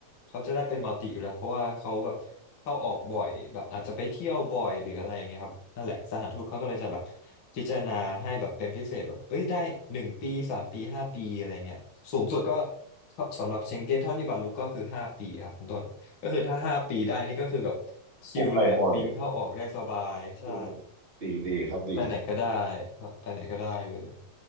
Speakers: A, on the left (about 45°); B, on the right (about 15°).
A: เขาจะได้เป็นมัลติอยู่แล้วเพราะว่าเขาแบบเข้าออกบ่อยแบบอาจจะไปเที่ยวบ่อยหรืออะไรอย่างเงี้ยครับนั่นแหละสถานทูตเขาก็เลยจะแบบพิจารณาให้แบบเป็นพิเศษแบบเอ้ยได้หนึ่งปีสามปีห้าปีอะไรเงี้ยสูงสุดก็สำหรับเชงเก้นเท่าที่บรรลุก็คือห้าปีครับคุณต้นก็คือถ้าห้าปีได้นี่ก็คือแบบชิลเลยอะบินเข้าออกได้สบายใช่
B: ผมไปบ่อยอืมดีดีครับดี
A: ไปไหนก็ได้แบบไปไหนก็ได้เลย